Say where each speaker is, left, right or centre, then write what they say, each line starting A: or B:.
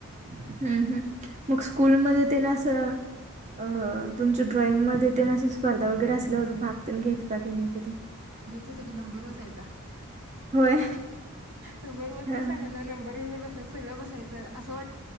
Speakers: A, on the right; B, on the right.
A: हम्म हम्म मग स्कूलमध्येध्ये तेना अस अ तुमच्या ड्रॉइंग मध्ये ते स्पर्धा वगैरे असल्यावर भाग घेत का क मी कधी
B: घेत होते की नंबर बसायचा
A: होय
B: नंबर बसतेच
A: हा
B: सांगाल ना नंबर वंबरसायच सगळं बसायचं असं वाट